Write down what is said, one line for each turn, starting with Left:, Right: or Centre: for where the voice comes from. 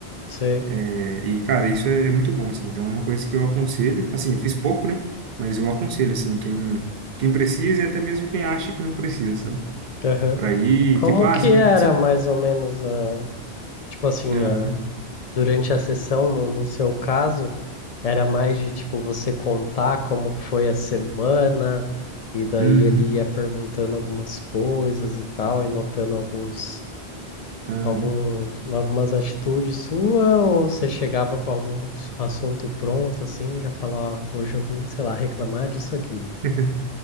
Left: Sei.
Right: É, E, cara, isso é é muito bom, assim. Então, é uma coisa que eu aconselho. Assim, eu fiz pouco, né? Mas eu aconselho, assim, quem, quem precisa e até mesmo quem acha que não precisa, sabe?
Left: Aham.
Right: Pra ir,
Left: Como
Right: tipo, ah,
Left: que
Right: se...
Left: era
Right: não- se...
Left: mais ou menos a, tipo assim,
Right: Aham,
Left: a durante a sessão, no, no seu caso, era mais de tipo você contar como que foi a semana, e daí
Right: uhum,
Left: ele ia perguntando algumas coisas e tal, e notando alguns,
Right: aham.
Left: alguns, algumas atitudes sua, ou você chegava com algum s- assunto pronto, assim, já falava, "Ah, hoje eu vim, sei lá, reclamar disso aqui.
Right: <laughs>